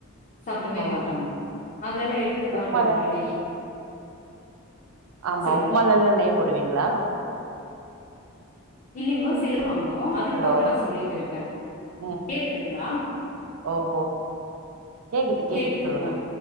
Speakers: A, on the left; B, on the right.
A: சாப்புடவே
B: ஓ
A: மாட்டாங்கோ அதுல எல்லா எடுத்து காட்டவும்ல
B: உப்மால
A: நெய்
B: ஆமா
A: சொல்லுங்க
B: உப்புமால எல்லா நெய் போடுவீங்களா
A: இல்லைங்கோ சிலுப்பாங்கோ இப்போ
B: ஹலோ
A: நா சொல்லிட்டு இருக்கே
B: ம்
A: கேக்குதுங்களா
B: ஓஹோ கேக்குது கேக்குது
A: கேக்குதுங்க
B: சொல்லுங்க